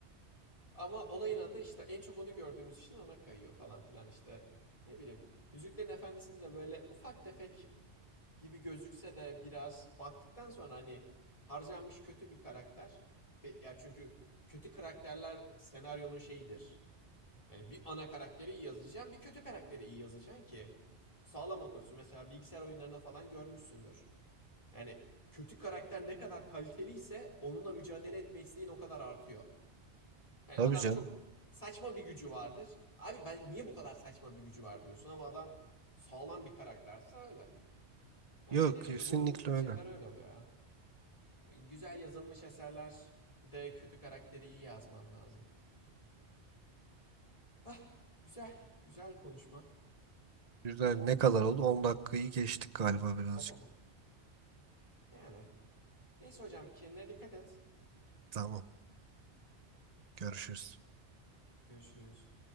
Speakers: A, on the left (about 30°); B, on the right (about 40°).
A: Ama olayın adı işte en çok onu gördüğümüz için ona kayıyor falan filan işte. Ne bileyim. Yüzüklerin Efendisi'nde de böyle ufak tefek gibi gözükse de biraz baktıktan sonra hani harcanmış kötü bir karakter. Ya çünkü kötü karakterler senaryonun şeyidir. Yani bir ana karakteri iyi yazacaksın, bir kötü karakteri iyi yazacaksın ki sağlam otursun. Mesela bilgisayar oyunlarında falan görmüşsündür. Yani kötü karakter ne kadar kaliteliyse onunla mücadele etme isteğin o kadar artıyor. Yani
B: Tabii
A: adam
B: canım.
A: çok saçma bir gücü vardır. Abi ben niye bu kadar saçma bir gücü var diyorsun ama adam sağlam bir karakterse öyle. Ya
B: Yok
A: dediğim
B: kesinlikle
A: gibi bu, bu tip
B: öyle.
A: şeyler öyle oluyor ya. Güzel yazılmış eserler de kötü karakteri iyi yazman lazım. Ah, güzel, güzel konuşma.
B: Güzel. Ne kadar oldu? 10 dakikayı geçtik galiba birazcık.
A: Hop hop hop. Yani. Neyse hocam kendine dikkat et.
B: Tamam. Görüşürüz.
A: Görüşürüz.